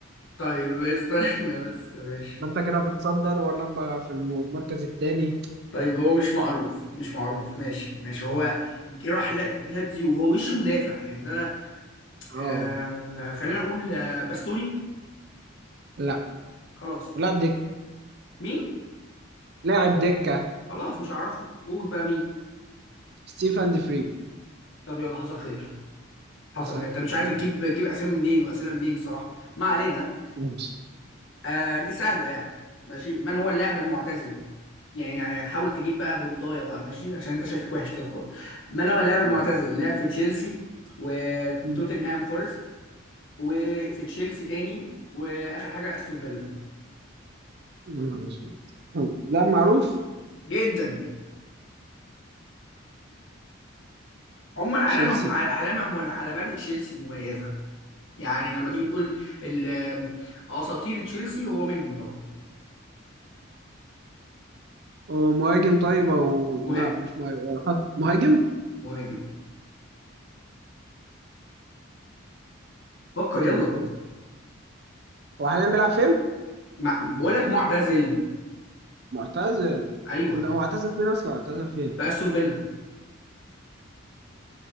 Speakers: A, on the left; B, on the right.
A: طيب <laughs> استنى بس ماشي
B: ما انت كده هتتصدر وانا ابقى في المركز الثاني
A: طيب هو مش معروف مش معروف ماشي ماشي هو راح لا- لاتزيو وهو وش مدافع يعني ده
B: اه
A: آم، خلينا نقول آه، باستوني
B: لا
A: خلاص
B: لاعب دك
A: مين
B: لاعب دكة
A: خلاص مش هعرفه قول بقى مين
B: ستيفن دي فري
A: طب يلا حصل خير حصل
B: عسى
A: خير انت
B: يلا
A: مش عارف تجيب تجيب اسامي منين واسئله منين الصراحه ما علينا
B: ماشي
A: آه دي سهله يعني ماشي من هو اللاعب المعتزل يعني يعني حاول تجيب بقى بنطايه بقى ماشي عشان انت شكلك وحش كده خالص من هو اللاعب المعتزل
B: مم.
A: لعب في تشيلسي وتوتنهام
B: مم.
A: فورست وفي تشيلسي تاني واخر حاجه استون فيلا
B: مم. مم. لا معروف
A: جدا عموما علامه
B: تشيلسي
A: علامه من علامات تشيلسي مميزه يعني لما تيجي تقول ال- آه، اساطير تشيلسي هو منهم طبعا
B: هو مهاجم طيب او
A: مهاجم
B: لا مش مهاجم خط مهاجم
A: مهاجم فكر
B: توتنهام
A: يلا
B: فورست هو حاليا بيلعب فين؟
A: مع... بقول لك معتزل
B: معتزل
A: ايوه
B: عند- هو اعتزل فين اصلا؟ اعتزل فين؟
A: في استون فيلا